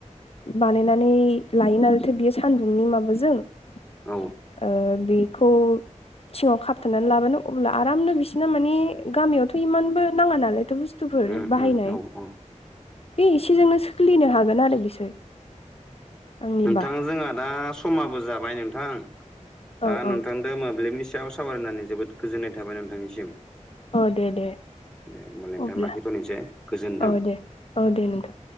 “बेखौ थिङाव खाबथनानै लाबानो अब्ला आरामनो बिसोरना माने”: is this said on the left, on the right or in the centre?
Left